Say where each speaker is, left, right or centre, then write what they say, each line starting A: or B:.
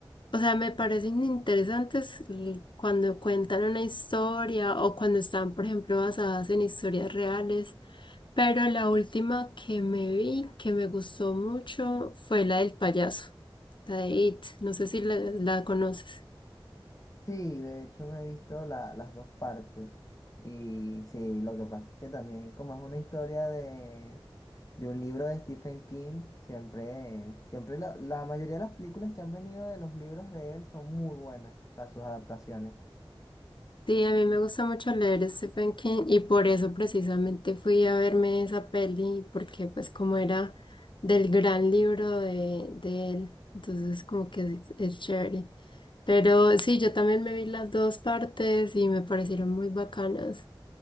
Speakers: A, on the left; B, on the left.
A: O sea, me parecen interesantes l- cuando cuentan una historia o cuando están, por ejemplo, basadas en historias reales. Pero la última que me vi, que me gustó mucho, fue la del payaso, la de It. No sé si la, la conoces.
B: Sí, de hecho me he visto la- las dos partes. Y sí, lo que pasa es que también como es una historia de, de un libro de Stephen King, siempre, siempre la, la mayoría de las películas que han venido de los libros de él son muy buenas, o sea, sus adaptaciones.
A: Sí, a mí me gusta mucho leer a Stephen King y por eso precisamente fui a verme esa peli, porque pues como era del gran libro de, de él, entonces como que es, es chévere. Pero sí, yo también me vi las dos partes y me parecieron muy bacanas.